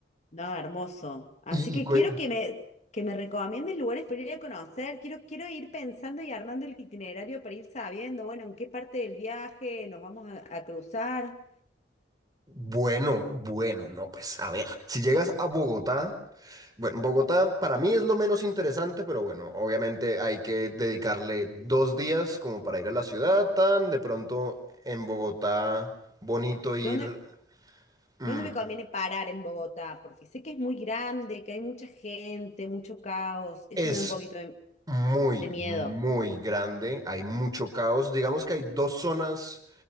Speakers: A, on the left; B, on the right.
A: No, hermoso. Así
B: Y,
A: que
B: y cuen-
A: quiero que me, que me recomiendes lugares para ir a conocer. Quiero, quiero ir pensando y armando el itinerario para ir sabiendo, bueno, en qué parte del viaje nos vamos a, a cruzar.
B: bueno, bueno, no, pues a ver, si llegas a Bogotá, bueno, Bogotá para mí es lo menos interesante, pero bueno, obviamente hay que dedicarle dos días como para ir a la ciudad, tan de pronto en Bogotá bonito ir
A: ¿Dónde?
B: Mm,
A: ¿Dónde me conviene parar en Bogotá? Porque sé que es muy grande, que hay mucha gente, mucho caos. Eso
B: es
A: me da un poquito de,
B: muy,
A: de miedo.
B: muy grande, hay mucho caos. Digamos que hay dos zonas